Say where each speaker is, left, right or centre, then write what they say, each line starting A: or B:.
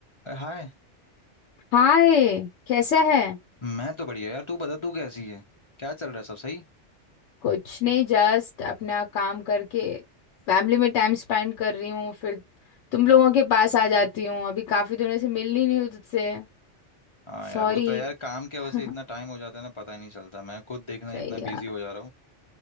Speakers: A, on the left; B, on the left.
A: अरे हाय
B: हाय कैसा है
A: मैं तो बढ़िया यार तू बता तू कैसी है क्या चल रहा है सब सही
B: कुछ नहीं जस्ट अपना काम करके फैमिली में टाइम स्पेंड कर रही हूँ फिर तुम लोगों के पास आ जाती हूँ अभी काफी दिनों से मिल ही नहीं हूँ तुझसे
A: हाँ यार
B: सॉरी
A: वो तो यार काम के
B: <laughs>
A: वजह से इतना टाइम हो जाता है ना पता ही नहीं चलता मैं खुद देखना
B: सही
A: इतना
B: यार
A: बिजी हो जा रहा हूँ